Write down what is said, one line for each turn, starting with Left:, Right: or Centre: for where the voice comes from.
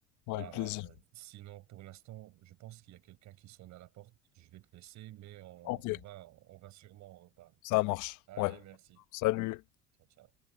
Left: Ouais,
Right: Bah,
Left: avec plaisir.
Right: sinon, pour l'instant, je pense qu'il y a quelqu'un qui sonne à la porte. Je vais te laisser, mais on,
Left: Ok,
Right: on va, on va sûrement en reparler.
Left: ça marche.
Right: Allez,
Left: Ouais.
Right: merci.
Left: Salut.
Right: Ciao, ciao.